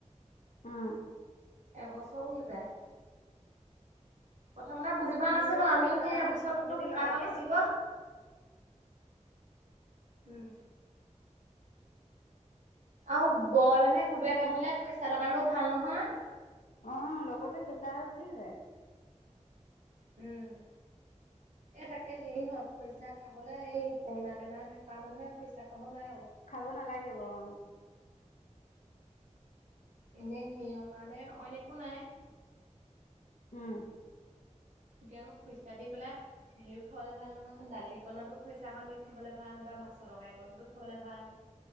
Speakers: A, on the left (about 80°); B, on the right (about 75°).
A: অ'।
B: এবছৰো নাযায়। প্ৰথমতে বুজি পোৱা
A: মেলিলেও
B: নাছিলোঁ। আমিও
A: তাৰ
B: সেই
A: পানী
B: বছৰটো
A: অকণ
B: বোলো
A: যদি
B: ক'লা
A: লগাই
B: হৈ
A: দিয়ে
B: গুচি গ'ল। উম। আৰু বলনে নে কুদোৱে কামৰিলে খৰিচা লগালেও ভাল নহয়।
A: অহ লগতে চেচা হৈ গুচি যায়।
B: উম। এ তাকে হেৰি হয় খৰিচা খাবলে এই পুৰণা বেমাৰ থকা মানুহে খৰিচা খাব নোৱাৰে
A: খাব নালাগিব অ।
B: এনে সিৰ কাৰণে অইন একো নাই
A: উম।
B: এতিয়া আকৌ খৰিচা দি পেলাই হিও খাবলে ভাল নহয় দালিকনতো খৰিচা অকণ দি খাবলৈ ভাল বা মাছৰ তৰকাই কনটোক খাবলৈ ভাল।